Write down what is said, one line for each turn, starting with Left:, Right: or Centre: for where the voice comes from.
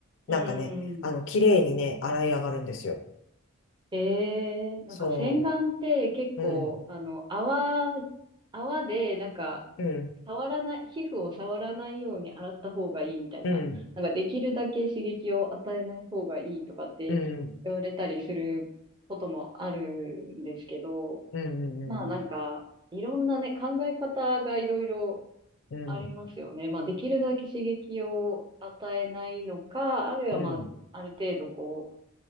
Right: うん。
Left: なんかね、あの、綺麗にね、洗い上がるんですよ。
Right: ええなんか洗顔って結構、
Left: そう。うん、
Right: あの、泡、泡で、なんか、
Left: うん、
Right: 触らない、皮膚を触らないように洗った方がいいみたいな、
Left: うん。
Right: なんかできるだけ刺激を与えない方がいいとかって言われたりすることもある
Left: うん、
Right: んですけど、
Left: うん、うん、
Right: まあなんか、いろんなね、考え方がいろいろ
Left: うん、
Right: ありますよね。まあ、できるだけ刺激を与えないのか、あるいはまあ、
Left: うん、うん、
Right: ある程度こう、